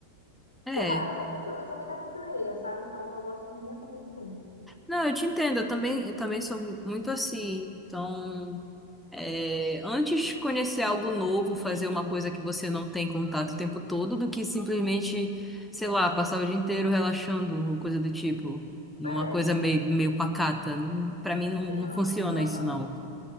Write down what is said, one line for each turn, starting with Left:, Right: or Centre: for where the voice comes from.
Centre: É.
Left: Sei lá, eu sou muito, eu sou muito aventureira, sabe? Então eu gosto muito, muito mesmo.
Centre: Não, eu te entendo, eu também, eu também sou muito assim. Então, é, antes de conhecer algo novo, fazer uma coisa que você não tem contato o tempo todo, do que simplesmente, sei lá, passar o dia inteiro relaxando, ou coisa do tipo. Numa
Left: É,
Centre: coisa meio, meio pacata. Não- Pra mim não,
Left: sei
Centre: não
Left: lá.
Centre: funciona
Left: Aham,
Centre: isso, não.